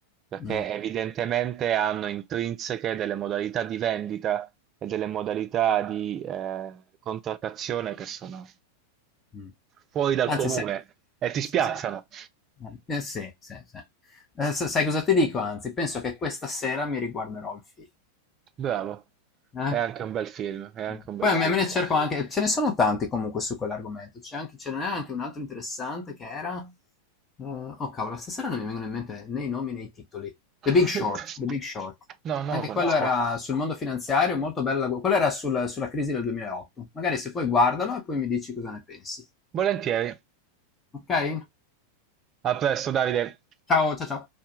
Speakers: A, on the right; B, on the left.
A: perché
B: Mh.
A: evidentemente hanno intrinseche delle modalità di vendita e delle modalità di eh, contrattazione che sono
B: Mh.
A: fuori dal
B: Anzi
A: comune
B: sai
A: e ti
B: sì,
A: spiazzano.
B: sì, sì. Eh, eh, sì, sì, sì. Ehm, s sai cosa ti dico anzi? Penso che questa sera mi riguarderò il film,
A: Bravo,
B: eh.
A: è anche un bel film, è anche
B: Mh.
A: un bel
B: Poi a
A: film.
B: me me ne cerco anche ce ne sono tanti comunque su quell'argomento. C'è anche ce n'è anche un altro interessante che era ehm, oh cavolo stasera non mi vengono in mente né i nomi né i titoli. The
A: <laughs>
B: Big Short, The Big Short.
A: No, non
B: Anche
A: lo conosco.
B: quello era sul mondo finanziario, molto bella gu quello era sul sulla crisi del 2008. Magari se puoi guardalo e poi mi dici cosa ne pensi.
A: Volentieri.
B: Okay?
A: A presto, Davide!
B: Ciao, cia ciao.